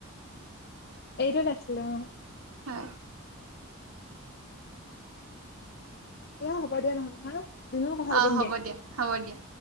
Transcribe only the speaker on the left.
এইটত আছিলো অ।
এয়া হ'ব দিয়া নহলে নহয় দিনৰ কথা
পাতিম
দিয়া।